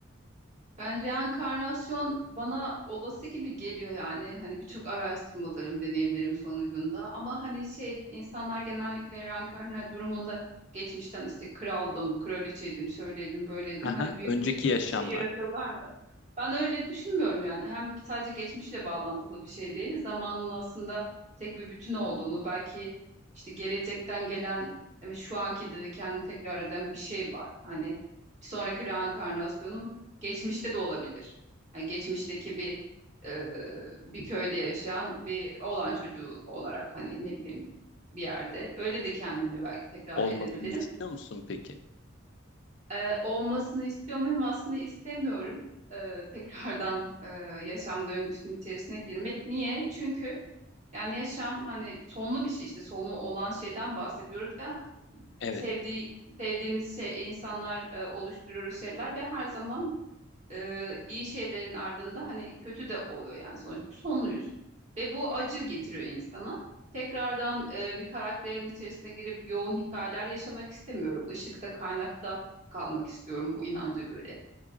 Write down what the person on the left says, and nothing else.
Aha,
önceki
yaşamlar
olmasını
istiyor musun peki?
Evet.